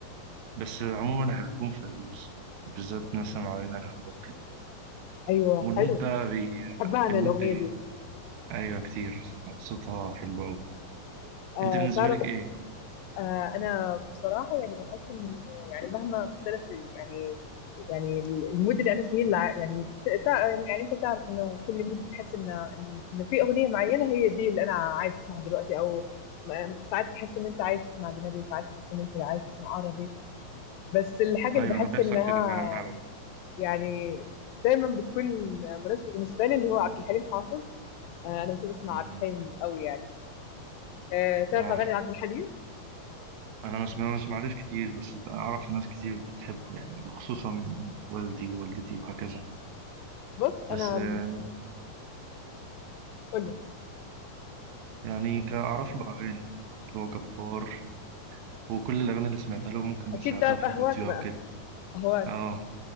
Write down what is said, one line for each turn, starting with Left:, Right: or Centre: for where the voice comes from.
Right: بس عموما هيكون فيروز بالذات نسم علينا الهوى وكده
Left: ايوه
Right: والمود
Left: حلو
Right: ده بي...
Left: بحبها انا
Right: المود
Left: الاغنيه
Right: بي...
Left: دي
Right: أيوة كتير صوتها حلو أوي
Left: آه
Right: أنت بالنسبة
Left: تعرف
Right: لك إيه؟
Left: آه، انا بصراحه يعني بحس ان يعني مهما اختلف ال- يعني يعني المود اللي انا فيه الع- يعني ت- تع- يعني انت تعرف انه كل مود بتحس ان ان إنه في اغنيه معينه هي دي اللي انا عايز اسمعها دلوقتي او م- ساعات تحس ان انت عايز تسمع اجنبي ساعات تحس ان انت عايز تسمع عربي بس الحاجه اللي
Right: ايوه
Left: بحس
Right: انا بيحصل
Left: انها
Right: كده فعلا معايا برضه
Left: يعني دايما بتكون مناسبه بالنسبه لي اللي هو عبد الحليم حافظ آه، انا بحب اسمع
Right: مم.
Left: عبد الحليم قوي يعني آه، تعرف
Right: آه.
Left: اغاني عبد الحليم
Right: انا ما اسم- ما بسمعلوش كتير بس اعرف ناس كتير بتحبه يعني وخصوصا والدي ووالدتي وهكذا
Left: بص
Right: بس
Left: انا
Right: آه
Left: قول
Right: يعني كأعرف له اغاني اللي هو جبار وكل الاغاني اللي سمعتها له ممكن أنا
Left: اكيد
Right: سمعتها
Left: تعرف
Right: في
Left: اهواك
Right: الراديو
Left: بقى
Right: او كده
Left: اهواك
Right: اه